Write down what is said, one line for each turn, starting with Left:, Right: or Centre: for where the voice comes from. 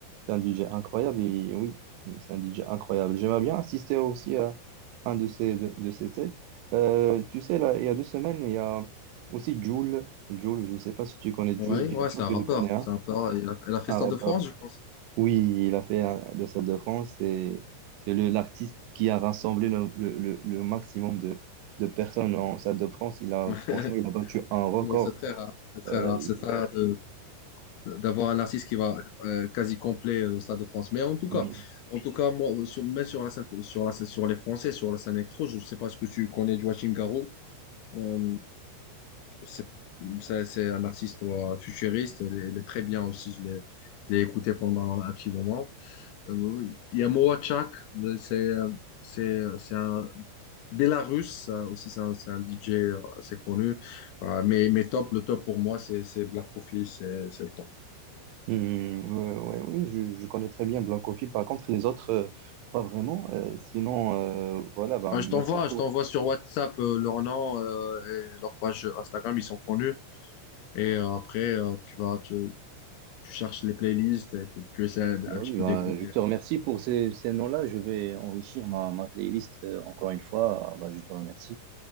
Right: c'est un DJ incroyable et oui, c'est un DJ incroyable. J'aimerais bien assister aussi à un de ces, de, de ces sets. Euh, tu sais, là, il y a deux semaines, il y a aussi Jul. Jul, je ne sais pas si tu connais
Left: Ouais,
Right: Jul, bien
Left: ouais,
Right: sûr,
Left: c'est un
Right: tu
Left: rappeur.
Right: le connais, hein,
Left: C'est un rappeur. Il a, il a fait
Right: un
Left: Stade
Right: rappeur.
Left: de France, je pense.
Right: Oui, il a fait un- le Stade de France et c'est le- l'artiste qui a rassemblé le, le- le- le maximum de, de personnes en Stade de France. Il a,
Left: <laughs>
Right: franchement, il a battu un record.
Left: Effectivement, C'est très rare. C'est très
Right: Euh,
Left: rare.
Right: il-
Left: C'est très rare de- de- d'avoir un artiste qui va euh, quasi complet euh, le Stade de France. Mais en tout cas,
Right: oui,
Left: en tout cas, moi, sur, mais sur la scène, sur la scène- sur les Français, sur la scène électro, je sais pas ce que tu connais de Joachim Garraud. Euh, c'est c'est- c'est un artiste euh, futuriste, il est, il est très bien aussi, je l'ai je l'ai écouté pendant un petit moment. Euh, il y a Morachak, euh, c'est euh, c'est c'est un Bélarus, ça aussi c'est un, c'est un DJ euh, assez connu. Euh, mais, mais top, le top pour moi c'est c'est Black Coffee, c'est c'est le top.
Right: Hmm, ouais, ouais, oui, je, je connais très bien Black Coffee. Par contre, les autres, euh, pas vraiment. Euh, sinon, euh, voilà, bah,
Left: Ah,
Right: merci
Left: je t'envoie,
Right: pour.
Left: je t'envoie sur WhatsApp euh, leur nom euh, et leur page Instagram, ils sont connus. Et euh, après, euh, tu vas, tu, tu cherches les playlists, et tu tu essaies un,
Right: Bah
Left: un petit
Right: oui,
Left: peu
Right: bah,
Left: d'écouter.
Right: je te remercie pour ces, ces noms-là. Je vais enrichir ma, ma playlist euh, encore une fois. Ah, Bah, je te remercie.